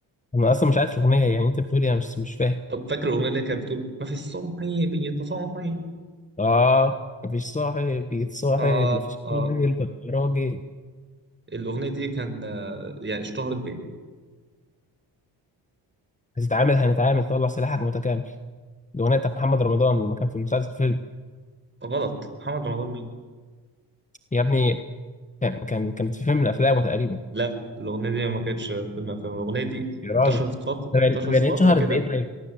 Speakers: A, on the left; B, on the right.
A: انا اصلا مش عارف الاغنيه يعني انت بتقول ايه مش مش فاهم
B: طب فاكر الأغنية اللي كانت بتقول ما في الصاحي بيتصاحي
A: اه مفيش صاحب يتصاحب
B: آه
A: مفيش
B: آه
A: راجل بقى راجل
B: الأغنية دي كان آه، يعني اشتهرت بإيه؟
A: هتتعامل هنتعامل طلع سلاحك متكامل الاغنيه بتاعت محمد رمضان لما كان في المسلسل فيلم
B: غلط محمد رمضان مين؟
A: يا ابني كان كان- كانت في فيلم من افلامه تقريبا
B: لا الأغنية دي ما كانتش فيلم أفلام الأغنية دي
A: يا راجل
B: انتشرت فترة انتشرت
A: طب يعني طب يعني
B: في فترة
A: إيه اتشهرت
B: كده
A: بايه طيب؟